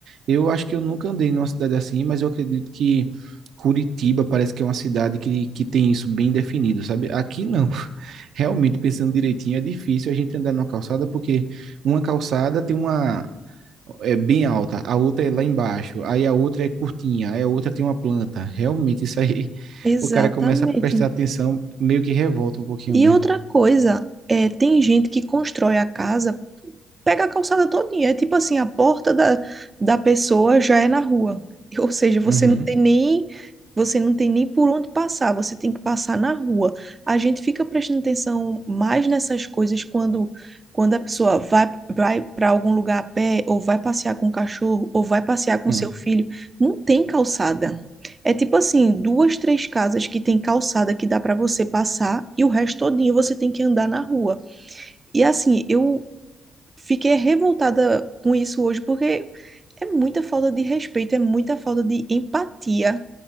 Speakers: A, on the right (about 70°); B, on the right (about 25°).
A: Eu acho que eu nunca andei numa cidade assim, mas eu acredito que Curitiba parece que é uma cidade que, que tem isso bem definido, sabe? Aqui não. <laughs> Realmente, pensando direitinho, é difícil a gente andar numa calçada porque uma calçada tem uma é bem alta, a outra é lá embaixo, aí a outra é curtinha, aí a outra tem uma planta. Realmente, isso aí <laughs>
B: Exatamente.
A: o cara começa a prestar atenção, meio que revolta um pouquinho
B: E
A: mesmo.
B: outra coisa, é, tem gente que constrói a casa pega a calçada todinha. É tipo assim, a porta da, da pessoa já é na rua. Ou seja, você
A: Uhum.
B: não tem nem você não tem nem por onde passar, você tem que passar na rua. A gente fica prestando atenção mais nessas coisas quando quando a pessoa vai vai para algum lugar a pé ou vai passear com o cachorro ou vai passear com
A: Hum,
B: seu filho, não tem calçada. É tipo assim, duas, três casas que tem calçada que dá para você passar e o resto todinho você tem que andar na rua. E assim, eu fiquei revoltada com isso hoje, porque é muita falta de respeito, é muita falta de empatia